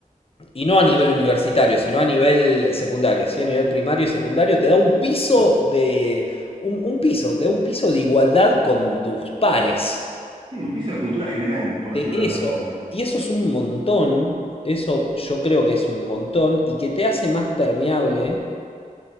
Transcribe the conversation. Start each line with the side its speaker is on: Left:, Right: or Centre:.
Left: y no a nivel universitario, sino a nivel secundario, sí, a nivel primario y secundario, te da un piso de, un, un piso, te da un piso de igualdad con tus pares.
Right: Sí, un piso de cultura general, por
Left: de
Right: decirlo
Left: eso.
Right: de alguna forma.
Left: Y eso es un montón, eso yo creo que es un montón y que te hace más permeable,